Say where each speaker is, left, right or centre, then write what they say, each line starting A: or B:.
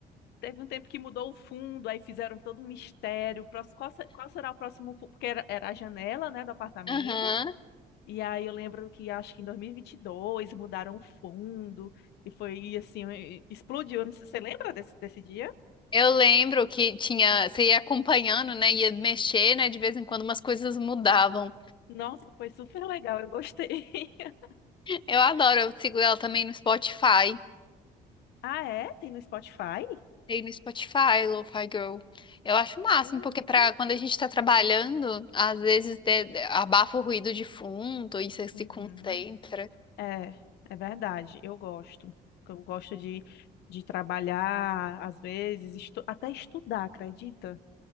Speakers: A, on the left; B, on the left.
A: Teve um tempo que mudou o fundo, aí fizeram todo um mistério. próximo- Qual, se- qual será o próximo fundo? Porque era, era a janela, né, do apartamento.
B: Aham.
A: E aí eu lembro que acho que em dois mil e e vinte e dois mudaram o fundo e foi assim, e- explodiu. Não sei- Você lembra desse, desse dia?
B: Eu lembro que tinha, você ia acompanhando, né? Ia mexer, né? De vez em quando umas coisas mudavam.
A: Nossa, foi super legal, eu gostei. <laughs>
B: Eu adoro, eu sigo ela também no Spotify.
A: Ah, é? Tem no Spotify?
B: Tem no Spotify, Lo-Fi Girl. Eu acho o máximo,
A: Isso.
B: porque pra quando a gente tá trabalhando, às vezes de- de- abafa o ruído de fundo e você se
A: Uhum.
B: concentra.
A: É, é verdade, eu gosto. Eu gosto de, de trabalhar, às vezes, estu- até estudar, acredita?